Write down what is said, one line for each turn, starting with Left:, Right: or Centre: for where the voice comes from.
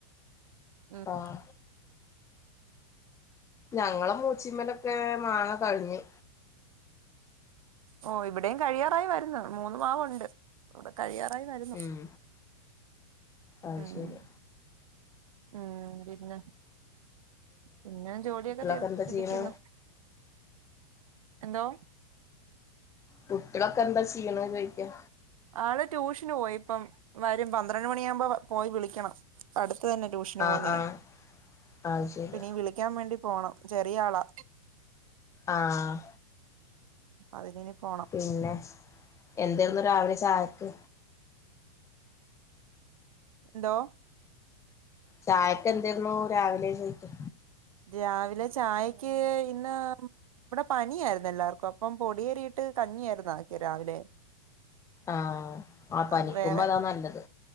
Right: ഉം
Left: ആഹ് ഞങ്ങള മൂച്ചിമ്മലൊക്കെ മാങ്ങ കഴിഞ്ഞു
Right: ഓ ഇവടെയും കഴിയാറായി വരുന്ന് മൂന്ന് മാവുണ്ട് ഇവട കഴിയാറായി വരുന്നു
Left: ഉം അത്
Right: ഉം
Left: ശരി
Right: ഉം പിന്നെ പിന്നെ ജോലിയൊക്ക
Left: കുട്ടികളൊക്കെ
Right: തീർത്ത്ട്ട്
Left: എന്താ
Right: ഇരിക്കുന്നു
Left: ചെയ്യണ്
Right: എന്തോ
Left: കുട്ടിളൊക്കെ എന്താ ചെയ്യ്ണ് ചോയ്ക്ക
Right: ആള് ട്യൂഷന് പോയി ഇപ്പം വരും പന്ത്രണ്ട് മണിയാമ്പോ പോയി വിളിക്കണം. അട്ത്ത തന്നെ ട്യൂഷന് പോവുന്നേ
Left: ആഹ് ആഹ് അത് ശരി
Right: അപ്പ നീ വിളിക്ക്യാം വേണ്ടി പോണം ചെറിയ ആളാ
Left: ആഹ്
Right: അതിനിനി പോണം
Left: പിന്നെ എന്തേര്ന്നു രാവിലെ ചായക്ക്
Right: എന്തോ
Left: ചായക്ക്‌ എന്തേനു രാവിലെ ചോയിക്കാ
Right: രാവിലെ ചായക്ക് ഇന്ന് ഇവിടെ പനിയായിരുന്നു എല്ലാവർക്കും അപ്പം പൊടിയരിയിട്ട് കഞ്ഞിയായിരുന്നു ആക്കിയെ രാവിലെ.
Left: ആഹ് ആ പനിക്കുമ്പ
Right: അത് വേറെ
Left: അതാ നല്ലത്